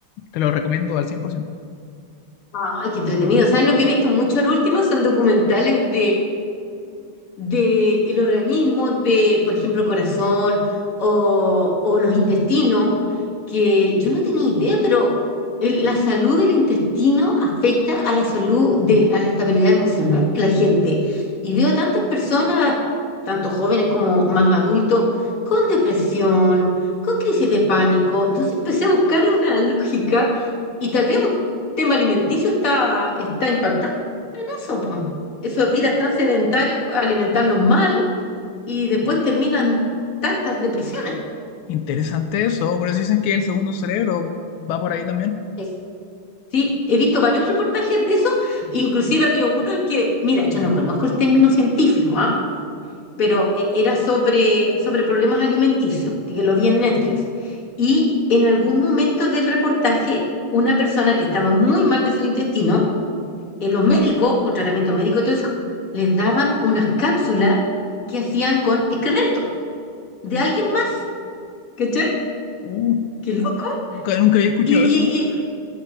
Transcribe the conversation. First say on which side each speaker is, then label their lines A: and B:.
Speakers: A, on the left; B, on the left.
A: te lo recomiendo al 100%.
B: Ay, qué entretenido. ¿Sabes lo que he visto mucho ahora último? Son documentales del organismo de, por ejemplo, el corazón o, o los intestinos, que yo no tenía idea, pero el- la salud del intestino afecta a la salud de, a la estabilidad emocional de la gente. Y veo tantas personas, tanto jóvenes como más adultos, con depresión, con crisis de pánico. Entonces empecé a buscar una <laughs> lógica y tal vez un tema alimenticio está, está impactando eso, po. Eso, vidas tan sedentarias, alimentarnos mal y después terminan tantas depresiones.
A: Interesante eso, por eso dicen que el segundo cerebro va por ahí también.
B: Es- Sí, he visto varios reportajes de eso, inclusive había uno en que, mira, yo no conozco el término científico, ¿ah? Pero eh, era sobre, sobre problemas alimenticios, que lo vi en Netflix. Y en algún momento del reportaje, una persona que estaba muy mal de su intestino, eh, los médicos, con tratamiento médico y todo eso, les daban unas cápsulas que hacían con excremento. de alguien más, ¿cachai?
A: Uh,
B: Qué loco.
A: nunca, nunca había escuchado
B: Y, y,
A: eso, ¿no?
B: y